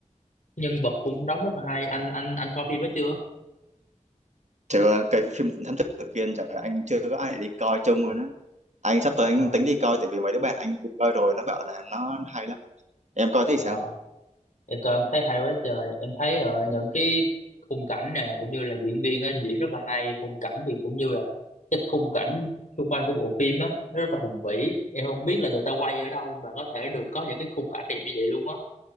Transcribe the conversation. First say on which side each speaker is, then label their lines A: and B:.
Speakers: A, on the left; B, on the right.
A: nhân vật cũng đóng rất là hay anh anh anh coi phim đó chưa
B: Chứ cái phim Thám Tử Kiên trời anh chưa có ai để đi coi chung rồi đó. Anh sắp tới anh
A: Ờ,
B: tính đi coi, tại vì mấy đứa bạn anh đi coi rồi nó bảo là nó hay lắm. Em coi thấy
A: dạ.
B: sao?
A: em coi em thấy hay quá trời em thấy ờ, những cái khung cảnh nè cũng như là diễn viên á diễn rất là hay khung cảnh thì cũng như là cái khung cảnh xung quanh của bộ phim á nó rất là hùng vĩ em không biết là người ta quay ở đâu mà có thể được có những cái khung cảnh đẹp như vậy luôn á